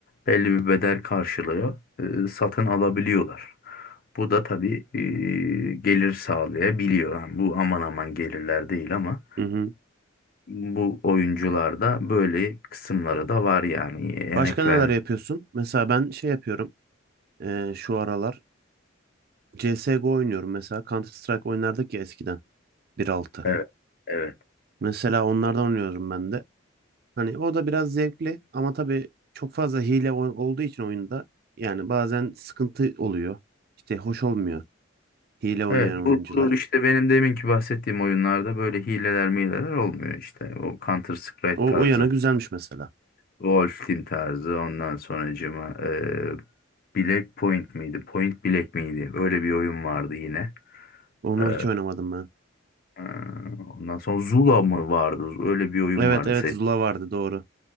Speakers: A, on the left; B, on the right.
A: belli bir bedel karşılığı e, satın alabiliyorlar. Bu da tabii e, gelir sağlayabiliyor. Yani bu aman aman gelirler değil ama
B: Hı hı.
A: bu oyuncularda böyle kısımları da var yani emek
B: Başka neler
A: ver.
B: yapıyorsun? Mesela ben şey yapıyorum. eee, şu aralar CSGO oynuyorum mesela. Counter Strike oynardık ya eskiden. bir nokta altı
A: Evet. Evet.
B: Mesela onlardan oynuyorum ben de. Hani o da biraz zevkli ama tabii çok fazla hile o- olduğu için oyunda yani bazen sıkıntı oluyor. İşte hoş olmuyor hile oynayan
A: Evet.
B: oyuncular.
A: Bu, bu işte benim deminki bahsettiğim oyunlarda böyle hileler mileler olmuyor işte. O Counter Strike
B: O,
A: tarzı,
B: o yana güzelmiş mesela.
A: Wolf Team tarzı, ondan sonracığıma e, Black Point miydi? Point Black miydi? Öyle bir oyun vardı yine.
B: Onu
A: Ee,
B: hiç oynamadım ben.
A: e, ondan sonra Zula mı vardı? Öyle bir oyun
B: Evet
A: vardı.
B: evet Zula vardı doğru.